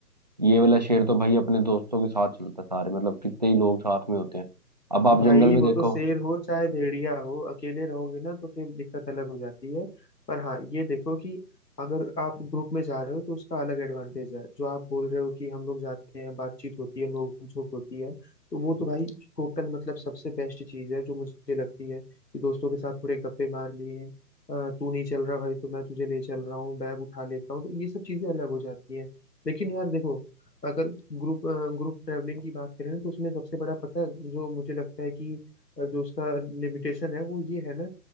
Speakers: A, on the right; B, on the left.
A: ये वाला शेर तो भाई अपने दोस्तों के साथ चलता है सारे मतलब कितने ही लोग साथ में होते हैं अब आप
B: भाई
A: जंगल में
B: वो
A: देखो
B: तो शेर हो चाहे भेड़िया हो अकेले रहोगे ना तो फिर दिक्कत अलग हो जाती है पर हाँ ये देखो कि अगर आप ग्रुप में जा रहे हो तो उसका अलग एडवांटेज है जो आप बोल रहे हो कि हम लोग जाते हैं बातचीत होती है नोक झोंक होती है तो वो तो भाई टोटल मतलब सबसे बेस्ट चीज है जो मुझे लगती है कि दोस्तों के साथ थोड़े गप्पे मार लिए अ, तू नहीं चल रहा भाई तो मैं तुझे ले चल रहा हूँ बैग उठा लेता हूँ तो ये सब चीजें अलग हो जाती हैं लेकिन यार देखो अगर ग्रुप ग्रुप ट्रैवलिंग की बात करें ना, तो उसमें सबसे बड़ा पता है जो मुझे लगता है कि अ, जो उसका लिमिटेशन है वो ये है ना